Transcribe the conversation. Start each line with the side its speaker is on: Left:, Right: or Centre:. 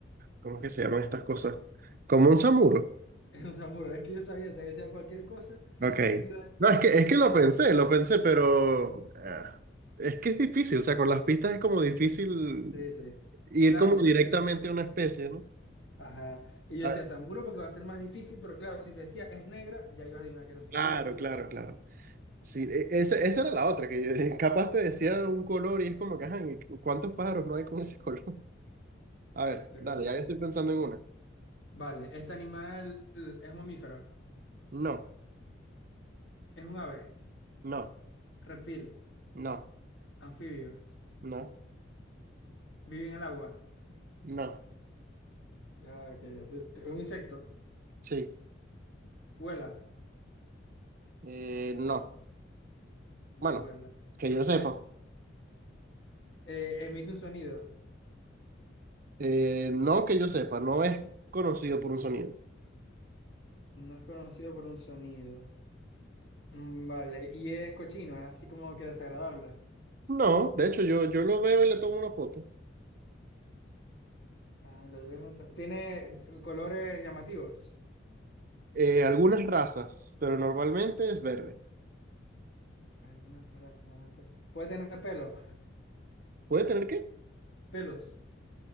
Right: ¿cómo que se llaman estas cosas? Como un samuro,
Left: <laughs> Es un samuro. Es que yo sabía, te decía cualquier cosa.
Right: ok.
Left: Y iba a-
Right: No, es que,
Left: porque
Right: es que
Left: dices,
Right: lo pensé, lo pensé, pero... ah, es que es difícil, o sea, con las pistas es como difícil
Left: sí, sí.
Right: Ir
Left: Claro,
Right: como
Left: porque
Right: directamente
Left: al final.
Right: a una especie, ¿no?
Left: Ajá. Y yo
Right: Ah,
Left: decía samuro porque va a ser más difícil, pero claro, si te decía es negra, ya ibas a adivinar que era un samuro.
Right: claro, claro,
Left: <laughs>
Right: claro. Sí, e- esa, esa era la otra, que yo- <laughs> capaz te decía un color y es como que, ajá, ¿y ¿cuántos pájaros no hay con ese color? <laughs> A ver,
Left: De
Right: dale,
Left: verdad.
Right: ya yo estoy pensando en una.
Left: Vale, este animal es un mamífero,
Right: No,
Left: es un ave,
Right: no,
Left: reptil,
Right: no,
Left: anfibio,
Right: no,
Left: vive en el agua.
Right: no,
Left: Ya, que ya estoy- Es un insecto,
Right: sí,
Left: vuela.
Right: eh, no.
Left: No
Right: Bueno,
Left: vuela.
Right: que yo sepa.
Left: Eh, emite un sonido.
Right: Eh, no que yo sepa, no es conocido por un sonido.
Left: No es conocido por un sonido. Mm, Vale, y es cochino, es así como que desagradable.
Right: No, de hecho yo, yo lo veo y le tomo una foto.
Left: Ah, lo debes notar. Tiene colores llamativos.
Right: Eh, algunas razas, pero normalmente es verde.
Left: Algunas razas. Puede tener pelo.
Right: ¿Puede tener qué?
Left: Pelos.